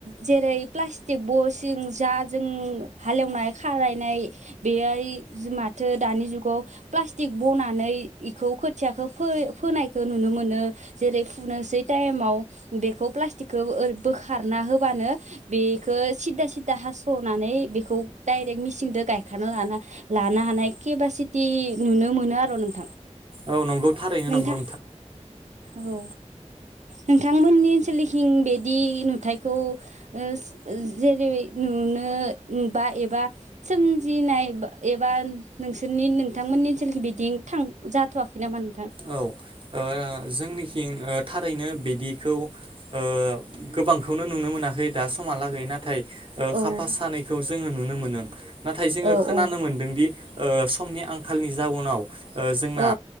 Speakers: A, on the right; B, on the right.
A: जेरै प्लास्टिक बसिं जाजों हालेवनाय खारायनाय बेहाय माथो दानि जुगाव प्लास्तिक बनानै इखौ खोथियाखौ फो-फोनायखौ नुनो मोनो जेरै फुनोसै टाइमाव बेखौ प्लास्तिक बोखारना होबानो बेखौ सिददा सिददा हास'नानै बेखौ डायरेक्ट मिचिनजों गायखना लाना लानो हानाय केपासि थि नुनो मोनो आर' नोंथां
B: औ नंगौ थारैनो
A: नोंथां
B: नंगौ
A: औ नोंथांमोननि ओनसोलखिं बिदि नुथायखौ ओ जेरै नुनो बा एबा सोमजिनाय एबा नोंसोरनि नोंथांमोननि ओनसोलखौ बिदि थां जाथ'वाखै नाम?
B: औ ओ जोंनिथि ओ थारैनो बिदिखौ ओ गोबांखौनो नुनो मोनाखै दा समहालागै नाथाय ओ
A: औ
B: खाफा सानैखौ जोङो नुनो मोनो। नाथाय जोङो
A: औ
B: खोनानो
A: औ
B: मोन्दोंदि ओ समनि आंखालनि जाउनाव जोंना
A: औ